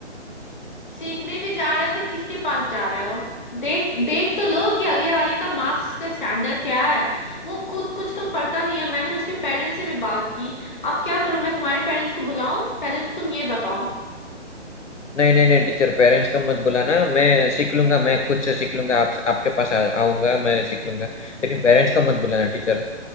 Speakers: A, on the left; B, on the left.
A: सीखने भी जा रहे हो तो किसके पास जा रहे हो देख देख तो लो कि अगले वाले का मार्क्स का स्टैंडर्ड क्या है वो खुद कुछ तो पढ़ता नहीं है मैंने उसके पेरेंट्स से भी बात की अब क्या करूं मैं तुम्हारे पेरेंट्स को बुलाऊं पहले तो तुम ये बताओ
B: नहीं नहीं नहीं टीचर पेरेंट्स को मत बुलाना मैं सीख लूंगा मैं खुद से सीख लूंगा आप आपके पास आ, आऊंगा मैं सीख लूंगा लेकिन पेरेंट्स का मत बुलाना टीचर